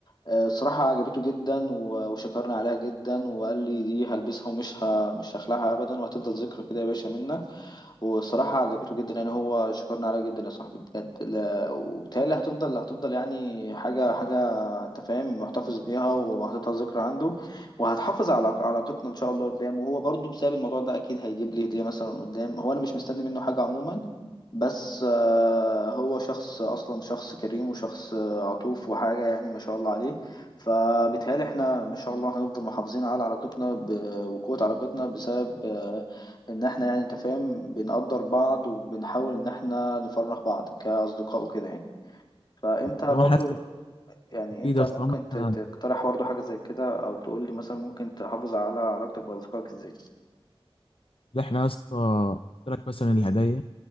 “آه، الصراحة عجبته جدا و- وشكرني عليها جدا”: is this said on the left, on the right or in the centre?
Left